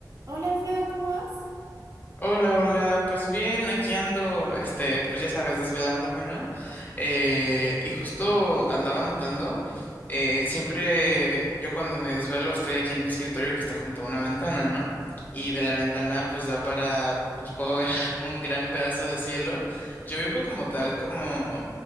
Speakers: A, on the right (about 50°); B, on the left (about 25°).
A: Hola Alfredo, ¿cómo vas?
B: Hola, hola, pues bien, aquí ando, este, pues ya sabes, desvelándome, ¿no? Eh,
A: Sí.
B: y justo andaba notando, eh, siempre yo cuando me desvelo estoy aquí en mi escritorio que está junto a una ventana, ¿no? Y de la ventana pues da para, pues puedo ver <laughs> un gran pedazo de cielo. Yo vivo como tal, como